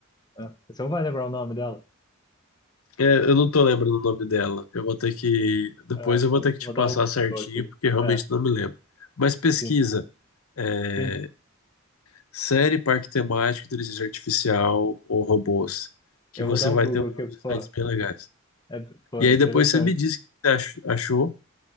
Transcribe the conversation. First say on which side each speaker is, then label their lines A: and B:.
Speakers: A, on the left; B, on the left.
A: Ah, você não vai lembrar o nome dela?
B: É, eu não tô lembrando o nome dela. Eu vou ter que. Depois
A: É,
B: eu vou
A: eu
B: ter que te
A: vou
B: passar
A: dar um Google
B: certinho,
A: aqui.
B: porque realmente
A: É,
B: não me lembro. Mas pesquisa.
A: sim,
B: é,
A: sim.
B: série Parque Temático, Inteligência Artificial ou Robôs. Que
A: Eu
B: você
A: vou dar
B: vai
A: um Google
B: ter uns
A: aqui, pô.
B: sites bem legais.
A: É, pô,
B: E
A: é
B: aí
A: interessante.
B: depois você me diz o que você ach- achou.